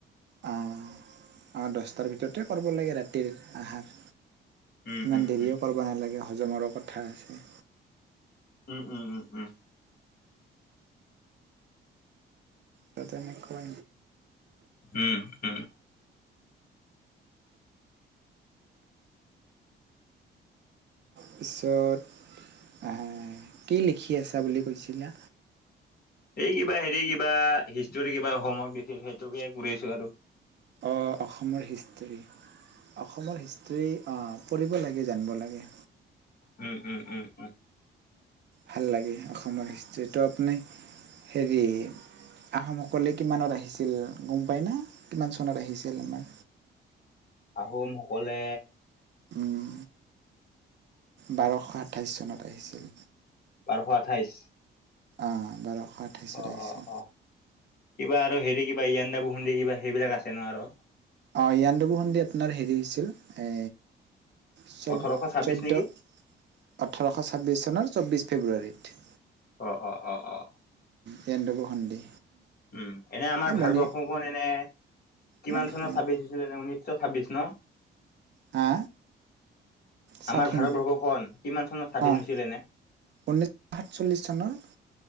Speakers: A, on the right; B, on the left.
A: অঁ অঁ দচটাৰ ভিতৰতে কৰিব লাগে ৰাতিৰ আহাৰ
B: উম,
A: ইমান
B: উম,
A: দেৰিও
B: উম,
A: কৰিব নালাগে হজমৰো কথা আছে
B: উম উম উম উম
A: তে তেনেকুৱা
B: উম, উম। <inaudible>
A: পিছত অঁ কি লিখি আছা বুলি কৈছিলা?
B: এই কিবা হেৰি কিবা হিষ্ট'ৰী কিবা অসমৰ দিছিল সেইটোকে কৰি আছো আৰু
A: অঁ অসমৰ হিষ্ট্ৰী অসমৰ হিষ্ট্ৰী অ' পঢ়িব লাগে জানিব লাগে
B: উম উম উম উম
A: ভাল লাগে অসমৰ হিষ্ট্ৰ্ৰীটো আপুনি হেৰি আহোমসকলে কিমানত আহিছিল গম পায় না? কিমান চনত আহিছিল আমাৰ?
B: আহোমসকলে
A: উম বাৰশ সাত আঠাইশ চনত আহিছিল।
B: বাৰশ আঠাইশ
A: অঁ বাৰশ আঠাইছত
B: অ'
A: আহিছিল
B: অ' অ', কিবা আৰু হেৰি কিবা ইয়ান্দাবু সন্ধি কিবা সেইবিলাক আছে ন আৰু?
A: অঁ ইয়ান্দাবু সন্ধি আপোনাৰ হেৰি হৈছিল এ চৈধ
B: ওঠৰশ ছাব্বিশ
A: চৈধ্য,
B: নেকি?
A: ওঠৰশ ছাব্বিশ চনৰ চৌব্বিছ ফেব্ৰুৱাৰীত।
B: অ', অ', অ', অ',
A: ইয়াণ্ডাবু সন্ধি
B: উম এনে আমাৰ ভাৰতবৰ্ষখন
A: মণি
B: এনে কিমান
A: মণিপুৰ
B: চনত স্বাধীন হৈছিলে নে ঊনৈশ ঊনৈশ ছাব্বিশ ন?
A: হা স্বাধীন
B: আমাৰ ভাৰতবৰ্ষখন কিমান চনত স্বাধীন
A: অঁ
B: হৈছিল এনে?
A: ঊনৈছশ সাতচল্লিছ চনৰ